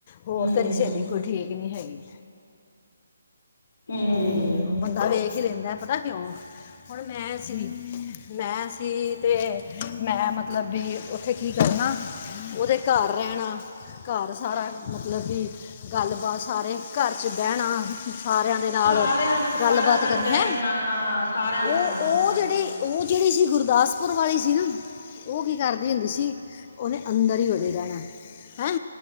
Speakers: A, on the left (about 35°); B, on the left (about 65°).
A: ਹੋਰ
B: ਹੂੰ
A: ਤੇਰੀ ਸਹੇਲੀ, ਕੋਈ ਠੀਕ ਨਹੀਂ ਹੈਗੀ।
B: ਹੂੰ
A: ਤੇ, ਬੰਦਾ ਵੇਖ ਹੀ ਲੈਂਦਾ, ਪਤਾ ਕਿਉਂ ਹੁਣ ਮੈਂ ਸੀ, ਮੈਂ ਸੀ ਤੇ ਮੈਂ ਮਤਲਬ ਵੀ ਓਥੇ ਕੀ ਕਰਨਾ, ਉਹਦੇ ਘਰ ਰਹਿਣਾ ਘਰ ਸਾਰਾ ਮਤਲਬ ਕਿ ਗੱਲਬਾਤ ਸਾਰੇ ਘਰ ' ਬਹਿਣਾ, ਸਾਰਿਆਂ ਨੇ ਦੇ ਨਾਲ
B: ਸਾਰਿਆਂ ਸਾਰਿਆਂ
A: ਗੱਲਬਾਤ
B: ਨਾਲ
A: ਕਰੀ,
B: ਬੈਠਣਾ
A: ਹੈ,
B: ਹਾਂ ਸਾਰਿਆਂ
A: ਉਹ
B: ਨਾਲ ਹਾਂ
A: ਉਹ ਜਿਹੜੀ ਉਹ ਜਿਹੜੀ ਸੀ, ਗੁਰਦਾਸਪੁਰ ਵਾਲੀ ਸੀ ਨਾ। ਉਹ ਕੀ ਕਰਦੀ ਹੁੰਦੀ ਸੀ, ਉਹਨੇ ਅੰਦਰ ਹੀ ਵਡੇ ਰਹਿਣਾ, ਹੈਂ।